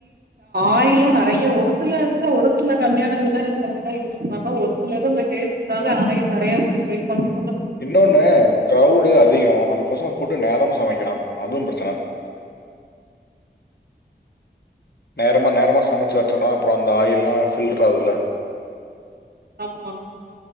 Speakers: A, on the right (about 60°); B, on the left (about 65°).
A: ஆயிலு நெறைய ஒரு சில இதுல ஒரு சில கல்யாண இதுல இது கரக்டா யூஸ் பண்றாங்க ஒரு சில இது இந்த டேஸ்ட்னால ஆயில் நெறைய ஊத்தி ஃப்ரை பண்ணுவாங்க
B: இன்னொனு கிரௌடு அதிகோ அதுக்கோசரம் ஃபுட் நேரமா சமைக்கறா அதுவு பிரச்சன நேரமா நேரமா சமைச்சு வச்சடுறா அப்பற அந்த ஆயில்லா ஃபில்டர் ஆகுதுல
A: ஆமா